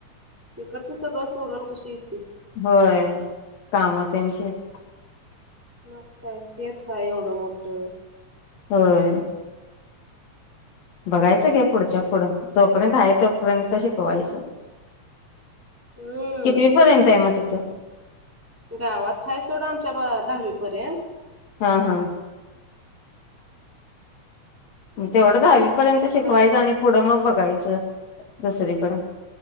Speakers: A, in the centre; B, on the left (about 65°).
A: तिकडचं सगळं सोडून कशी ये
B: होय काम त्यांची हेत
A: मग काय शेत हाय एवढं मोठं
B: होय बघायचं की पुढच्या पुढं जोपर्यंत आहे तोपर्यंत शिकवायचं
A: हम्म
B: कितवी पर्यंत आहे मग ते चा
A: गावात हाय सोडा आमच्या बा दहावी पर्यंत
B: हा हा तेवढच हाय पर्यंत शिकवायचं
A: दहावी
B: आणि पुढं मग बघ जायच दुसरीकड